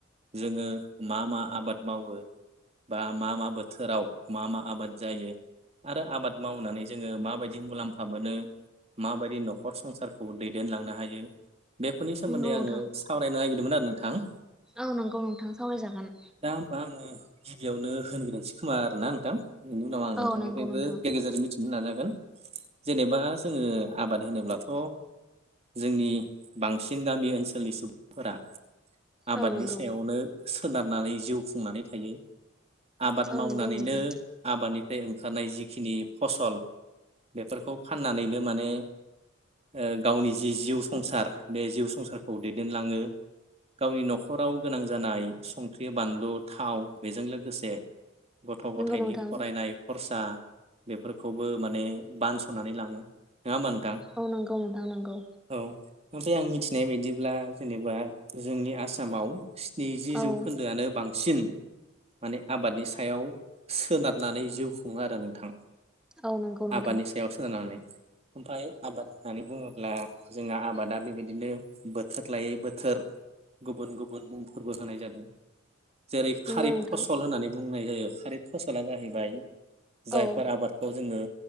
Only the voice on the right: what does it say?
जोङो मा मा आबाद मावो बा मा मा बोथोराव मा मा आबाद जायो आरो आबाद मावनानै जोङो माबायदि मुलाम्फा मोनो माबायदि न'खर संसारखौ दैदेनलांनो हायो बेफोरनि सोमोन्दै
आङो
सावरायनो नागिरदोंमोन आरो नोंथां।
दा होमबा आङो गिबियावनो होनग्रोनसै खोमा आरोना नोंथां। बिनि उनाव आं नोंथांनिफ्रायबो
गेजेर गेजेर मिथिनो नाजागोन जेनेबा जोङो आबाद होनोब्लाथ' जोंनि बांसिन गामि ओनसोलनि सुबुंफोरा आबादनि
सायावनो सोनारनानै जिउ खुंफुंनानै थायो आबाद
मावनानैनो
आबादनि फ्राय ओंखारनाय जिखिनि फसल बेफोरखौ फाननानैनो माने ओ गावनि जि जिउ संसार बे जिउ संसारखौ दैदेनलाङो। गावनि न'खराव गोनां जानाय संख्रि बानलु थाव बेजों लोगोसे गथ' गथायनि
फरायनाय खरसा बेफोरखौबो माने बानस'नानै लाङो नोङा होमबा नोंथां।
औ ओमफ्राय आं मिथिनाय बायदिब्ला जेनेबा जोंनि आसामाव स्निजि
जौखोन्दोआनो बां बांसिन माने आबादनि सायाव सोनारनानै जिउ खुङो आरो नोंथां।
आबादनि सायाव सोनारनानै ओमफ्राय आबाद होननानै बुङोब्ला जोंहा आबादा बेबायदिनो बोथोर लायै बोथोर गुबुन गुबुनुं मुंफोरबो होनाय जादों। जेरै
खारिब
फसल होननानै बुंनाय जायो खारिब फसला जाहैबाय जायफोर
आबादखौ जोङो